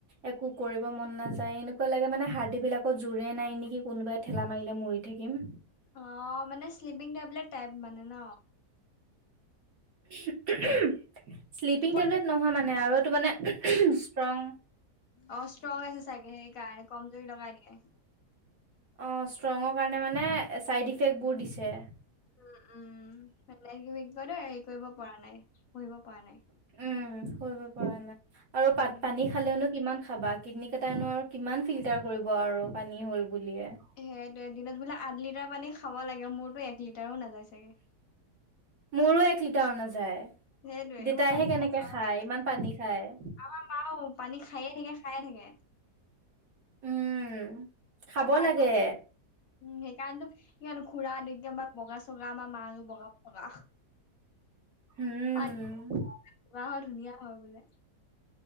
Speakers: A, on the right; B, on the left.
A: একো কৰিব মন নাযায় এনেকুৱা লাগে মানে হাৰ্ডী বিলাকত জোৰেই নাই নি কি কোনোবাই ঠেলা মাৰিলে মৰি থাকিম।
B: অ', মানে শ্লিপিং টেবলেট টাইপ মানে ন?
A: <inaudible> শ্লিপিং
B: টোপনি
A: টেবলেট নহয় মানে আৰু তো মানে ষ্ট্ৰং
B: অ', ষ্ট্ৰং আছে চাগে সেই কাৰণে কমজুৰি লগাই দিয়ে।
A: অ', ষ্ট্ৰঙৰ কাৰণে মানে ছাইড ইফেক্টবোৰ দিছে।
B: উম, উম <unintelligible> হেৰি কৰিব পৰা নাই, পঢ়িব পৰা নাই।
A: উম, কৰিব পৰা নাই। আৰু
B: উম
A: পাত পানী খালেওনো কিমান খাবা কিডনী কেইটাইনো আৰু কিমান ফিল্টাৰ কৰিব আৰু পানী হ'ল বুলিয়ে।
B: সেইটোৱে দিনত বোলে আঠ লিটাৰ পানী খাব লাগে মোৰতো এক লিটাৰো নাযায় চাগে।
A: মোৰো এক লিটাৰো নাযায়।
B: সেইটোৱে
A: দেতাইহে
B: মই পানী
A: কেনেকে
B: নাখাওৱে
A: খায় ইমান পানী খায়।
B: আমাৰ মাও পানী খায়ে থাকে খায়ে থাকে।
A: উম। খাব
B: এয়া পাৰাক
A: লাগে
B: <unintelligible> উম, সেইকাৰণতো কিয়নো খুৰা <unintelligible> আমাৰ বগা চগা, আমাৰ মাৰো বগা বগা।
A: উম
B: পানী <unintelligible> পোৱা হয় ধুনীয়া হয় বোলে।